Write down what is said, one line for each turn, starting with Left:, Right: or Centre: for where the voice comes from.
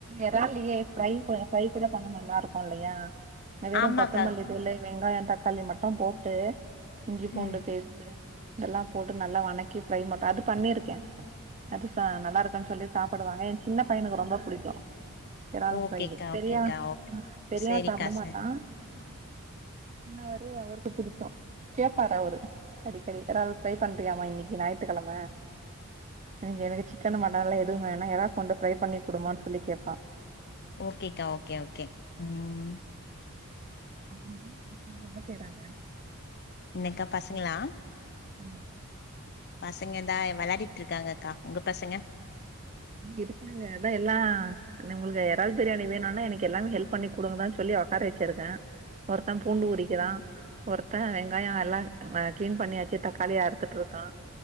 Right: எறாலையே ப்ரை கூட பண்ண நல்லா இருக்கு இல்லையா வெறு
Left: ஆமாக்கா
Right: கொத்தமல்லி தூளு வெங்காயம் தக்காளி மட்டு போட்டு இஞ்சி பூண்டு
Left: ம்
Right: பேஸ்ட்டு எல்லா போட்டு நல்லா வணக்கி ஃப்ரை மாட்டு அது பண்ணியிருக்கே அது ச நல்லா இருக்குன்னு சொல்லி சாப்புடுவாங்க எ சின்ன பையனுக்கு ரொம்ப புடிக்கு எறால்
Left: ஓகேக்கா
Right: ஃப்ரையி பெரியாவ
Left: ஓகேக்கா ஓ
Right: பெரியாவ
Left: சேரிக்கா
Right: சாப்பட மாட்டா
Left: சே
Right: சின்னவரு அவருக்கு புடிக்கு கேப்பாரு அவுரு அடிக்கடி எறால் ஃப்ரை பண்றியாமா இன்னிக்கு ஞாயித்துக்கெழம நீங்க எனுக்கு சிக்கன் மட்டன் எல்லா எதுவு வேணா எறா கொண்டு ஃப்ரை பண்ணி குடுமான்னு சொல்லி கேப்பா
Left: ஓகேக்கா ஓகே ஓகே ம்
Right: அப்டின்னா பசங்க என்ன செய்றாங்க
Left: என்னக்கா பசங்களா
Right: ஆமா
Left: பசங்க இந்தா வெளாடிட்டு இருக்காங்க அக்கா உங்க பசங்க
Right: இருக்காங்க அதா எல்லா ந உங்களுக்கு எறால் பிரியாணி வேணுனா எனக்கு எல்லாமே ஹெல்ப் பண்ணி குடுங்கடான்னு சொல்லி உக்கார வெச்சிருக்கே ஒருத்த பூண்டு உறிக்கறா ஒருத்த வெங்காயோ எல்லா கிளீன் பண்ணியாச்சு தக்காளியா அறுத்துட்டு ருக்கா